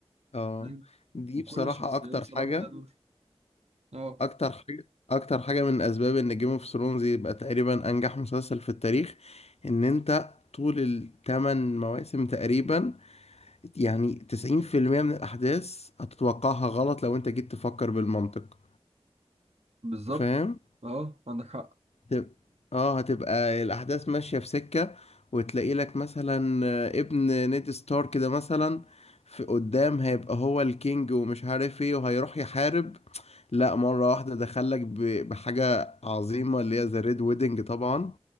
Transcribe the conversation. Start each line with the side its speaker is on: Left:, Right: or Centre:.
Left: اه
Right: فاهم؟
Left: دي
Right: وكل
Left: بصراحة
Right: الشخصيات
Left: اكتر
Right: بصراحة
Left: حاجة
Right: ليها دور اه
Left: اكتر حاجة اكتر حاجة من اسباب ان جيم اوف ثرونز يبقى تقريبا انجح مسلسل في التاريخ ان انت طول الثمان مواسم تقريبا يعني 90% من الأحداث هتتوقعها غلط لو أنت جيت تفكر بالمنطق
Right: بالظبط
Left: فاهم؟
Right: اه عندك حق
Left: هتب- اه هتبقى الأحداث ماشية في سكة وتلاقي لك مثلا آه، ابن نيد ستارك كده مثلا في قدام هيبقى هو الكينج ومش عارف ايه وهيروح يحارب لا مرة واحدة دخلك ب- بحاجة عظيمة اللي هي ذا ريد ويدنج طبعا